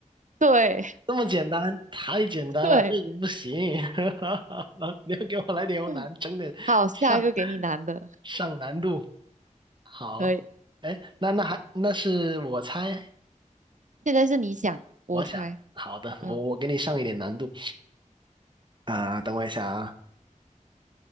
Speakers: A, on the right; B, on the right.
A: 对
B: 这么简单，太简单了，
A: 对，
B: 这个不行。<laughs> 你要给我来点有难，
A: 嗯，
B: 整点上
A: 好，下一个给你难的，
B: 上难度。好，
A: 可以。
B: 哎，那那还那是我猜，
A: 现在是你想，我猜，
B: 我想，好的，
A: 嗯，
B: 我我给你上一点难度啊、等我一下啊，